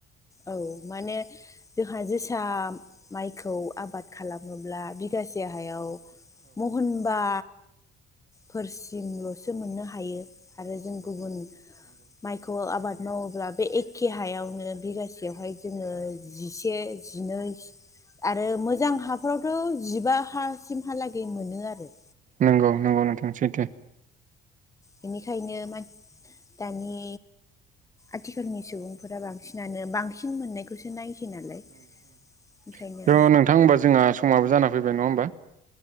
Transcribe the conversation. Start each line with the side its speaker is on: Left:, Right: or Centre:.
Left: औ माने जोंहा जोसा माइखौ आबाद खालामोब्ला बिगासे हायाव महनबा फोरसिमल'सो मोननो हायो। आरो जों गुबुन माइखौ आबाद मावोब्ला बे ए केे हायावनो बिगासेयावहाय जोङो जिसे जिनै आरो मोजां हाफ्रावथ' जिबा हासिमहालागै मोनो आरो
Right: नंगौ नंगौ नोंथां सैथो
Left: बेनिखायनो मान दानि आथिखालनि सुबुंफोरा बांसिनानो बांसिन मोननायखौ बेखौसो नायसै नालाय ओंखायनो
Right: थ' नोंथां होमबा जोंहा समावबो जान फैबाय नङा होनबा